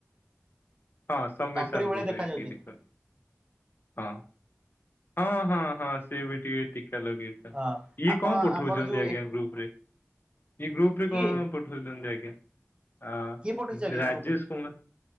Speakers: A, on the left; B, on the right.
A: ହଁ ସମ୍ବିତ
B: ତାଙ୍କରି
A: ସାରଙ୍କ
B: ଭଳିଆ ଦେଖା
A: <unintelligible>
B: ଯାଉଛନ୍ତି
A: ଟିକେ ହଁ। ହଁ ହଁ ହଁ ସିଏ ବି ଟିକେ ଟିକା ଲଗେଇ
B: ହଁ
A: ଇଏ
B: ଆପଣ
A: କଁ ପଠଉଚନ୍ତି
B: ଆମର ଯୋଉ
A: ଆଜ୍ଞା
B: ଏକ
A: ଗ୍ରୁପ ରେ? ଏଇ ଗ୍ରୁପ ରେ
B: କିଏ
A: କଣ ପଠାଉଛନ୍ତି ଆଜ୍ଞା ଆ
B: କିଏ ପଠେଇଛି ଆଜ୍ଞା
A: ରାଜେଶ
B: ଗ୍ରୁପ ରେ
A: କୁମା